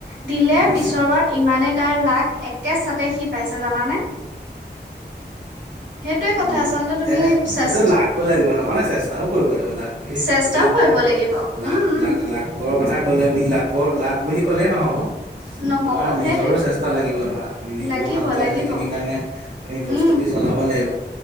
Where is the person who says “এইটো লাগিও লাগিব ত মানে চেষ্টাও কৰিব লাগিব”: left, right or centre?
Right